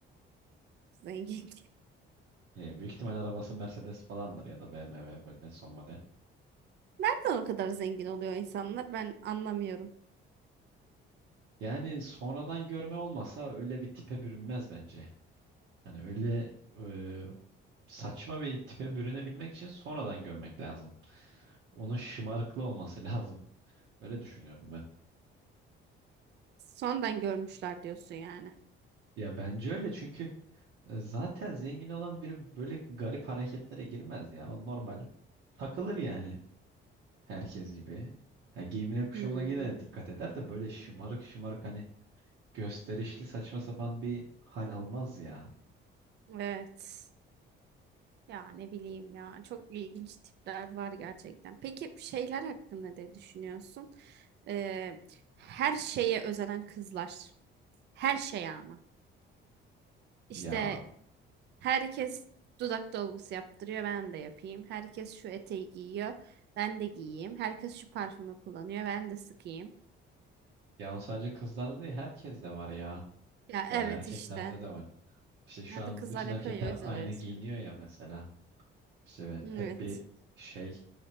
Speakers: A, on the right; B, on the right.
A: Zengin.
B: E, büyük ihtimal arabası Mercedes falandır ya da BMW böyle son model.
A: <laughs> Nereden o kadar zengin oluyor insanlar? Ben anlamıyorum.
B: Yani sonradan görme olmasa öyle bir tipe bürünmez bence. Hani öyle e, saçma bir tipe bürünebilmek için sonradan görmek lazım. Onun şımarıklı olması <laughs> lazım. Öyle düşünüyorum ben.
A: Sonradan görmüşler diyorsun yani.
B: Ya bence öyle çünkü e, zaten zengin olan biri böyle garip hareketlere girmez ya. O normal takılır yani. Herkes gibi. Ha, giyimine kuşamına
A: Hmm,
B: yine dikkat eder de böyle şımarık şımarık hani gösterişli saçma sapan bir hal almaz ya.
A: evet. Ya ne bileyim ya. Çok ilginç tipler var gerçekten. Peki şeyler hakkında ne düşünüyorsun? Ee, her şeye özenen kızlar. Her şeye ama. İşte
B: Ya
A: Herkes dudak dolgusu yaptırıyor, ben de yapayım. Herkes şu eteği giyiyor, ben de giyeyim. Herkes şu parfümü kullanıyor, ben de sıkayım.
B: ya o sadece kızlarda değil herkeste var ya.
A: Ya
B: Yani
A: evet
B: erkeklerde
A: işte.
B: de var. İşte şu
A: Ya
B: an
A: da kızlar
B: bütün
A: yapıyor
B: erkekler
A: ya, o yüzden
B: aynı
A: öyle
B: giyiniyor
A: söylüyorum.
B: ya mesela. İşte
A: Evet.
B: hep bir şey